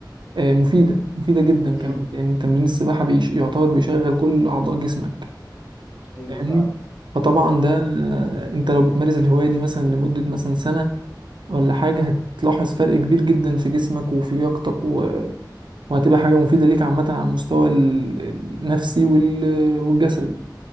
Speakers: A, on the right; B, in the centre.
A: آه، مفيدة مفيدة جدا
B: امم
A: كمان لأن تمرين السباحة بيش يعتبر بيشغل كل أعضاء جسمك
B: ايوه
A: فاهمني
B: فعلا
A: فطبعا ده
B: اه
A: آه، انت لو بتمارس الهواية دي مثلا لمدة مثلا سنة ولا حاجة هتلاحظ فرق كبير جدا في جسمك وفي لياقتك و... وهتبقى حاجة مفيدة ليك عامة على المستوى ال- النفسي وال... والجسدي